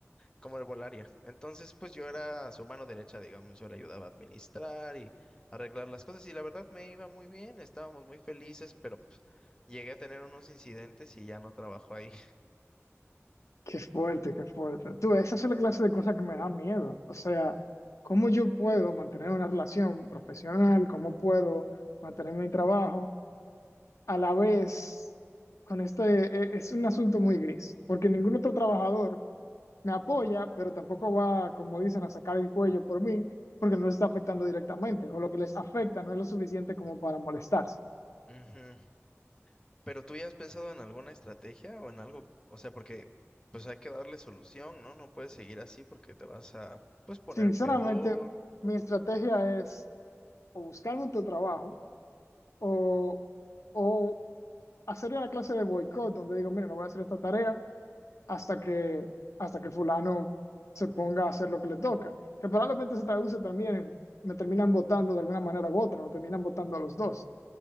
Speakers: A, on the left; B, on the left.
A: como herbolaria. Entonces, pues yo era su mano derecha, digamos, yo le ayudaba a administrar y arreglar las cosas y la verdad me iba muy bien, estábamos muy felices, pero pues, llegué a tener unos incidentes y ya no trabajo ahí.
B: qué fuerte, qué fuerte. Tú, esa es la clase de cosas que me da miedo. O sea, ¿cómo yo puedo mantener una relación profesional? ¿Cómo puedo mantener mi trabajo? a la vez, con esto eh, eh, es un asunto muy gris, porque ningún otro trabajador me apoya, pero tampoco va, como dicen, a sacar el cuello por mí, porque no les está afectando directamente, o lo que les afecta no es lo suficiente como para molestarse.
A: <laughs> Ujú. Pero tú ya has pensado en alguna estrategia o en algo, o sea, porque pues hay que darle solución, ¿no? No puedes seguir así porque te vas a pues poner
B: Sinceramente,
A: peor.
B: mi estrategia es o buscarme otro trabajo o, o hacer una clase de boicot donde digo, mira, no voy a hacer esta tarea hasta que, hasta que fulano se ponga a hacer lo que le toca, que probablemente se traduce también en, me terminan votando de alguna manera u otra, me terminan votando a los dos.